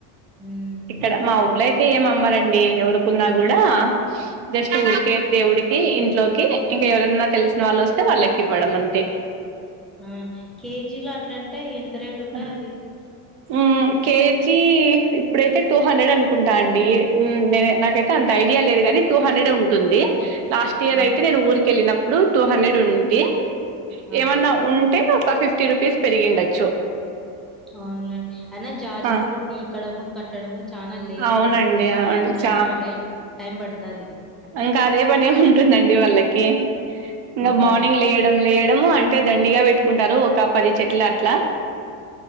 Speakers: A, in the centre; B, on the right (about 70°).
A: ఉమ్
B: ఇక్కడ మా ఊర్లోయితే అ ఏమమ్మరండి ఎవరుకున్నా కూడా జస్ట్ ఊరికే దేవుడికి ఇంట్లోకి ఇంకా ఎవరైనా తెలిసిన వాళ్ళు వస్తే వాళ్ళకి ఇవ్వడం అంతే
A: ఆ కేజీలో అట్లాంటే ఎంత రేట్ ఉంటాయి
B: ఆ
A: అవి
B: ఉమ్ కేజీ ఇప్పుడైతే టూ హండ్రెడ్ అనుకుంటా అండి నే నాకైతే అంత ఐడియా లేదు గానీ టూ హండ్రెడ్ ఉంటుంది లాస్ట్ ఇయర్
A: ఉమ్
B: అయితే నేను ఊరిళ్ళినప్పుడు టూ హండ్రెడ్ ఉంది
A: ఆ
B: ఏమన్నా ఉ అంటే ఒక ఫిఫ్టీ రూపీస్ పెరిగిండొచ్చు
A: అన్లన్ అయినా జాజ్
B: ఆ
A: పూలు పీకడము కట్టడము చానా లేట్
B: అవునండి
A: సమయం
B: అవును
A: చనా
B: చా
A: లేట్ టైం పడతాది.
B: ఇంకా అదే పని ఉంటుందండి వాళ్ళకి ఇంకా
A: అవును.
B: మార్నింగ్ లే లేయడము అంటే దండిగా పెట్టుకుంటారు ఒక పది చెట్లు అట్లా